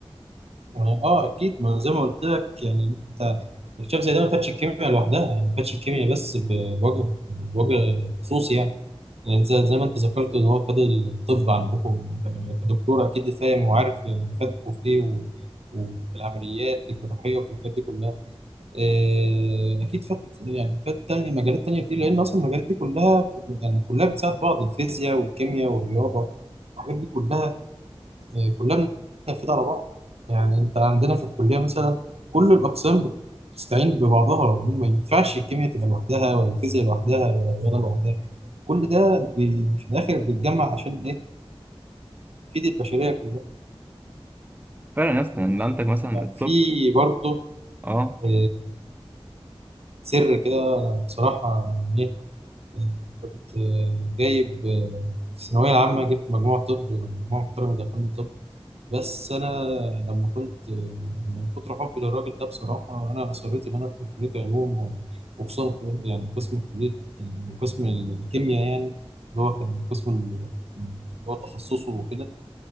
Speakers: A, on the right; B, on the right.
A: آه أكيد ما زي ما قلت لك يعني أنت الشاب زي ده ما فاتش الكيمياء لوحدها ما فاتش الكيمياء بس بوجه بوجه خصوصي يعني يعني زي زي ما انت ذكرت ان هو خد الطب عندكم يعني انت كدكتور اكيد فاهم وعارف فادكم في ايه و... وفي العمليات الجراحيه وفي الحاجات دي كلها إيه، اكيد فات يعني فات تاني مجالات تانيه كتير لان اصلا المجالات دي كلها يعني كلها بتساعد بعض الفيزياء والكيمياء والرياضه الحاجات دي كلها يعني كلها بننفذها على بعض يعني انت عندنا في الكليه مثلا كل الاقسام بتستعين ببعضها ما ينفعش الكيمياء تبقى لوحدها ولا الفيزياء لوحدها ولا الرياضه لوحدها كل ده بي- في الاخر بيتجمع عشان ايه تفيد البشريه كلها
B: فعلا يا اسطى
A: ويعني
B: إن عندك مثلا الطب
A: في برضه
B: أه
A: آه، سر كده انا بصراحه ايه آه، كنت آه، جايب آه، في الثانويه العامه جبت مجموع طب مجموع محترم دخلني طب بس انا لما كنت من كتر حبي للراجل ده بصراحه انا اصريت ان انا ادخل كليه علوم و- وخصوصا في- يعني قسم كليه يعني قسم الكيمياء يعني اللي هو كان قسم ال- اللي هو تخصصه وكده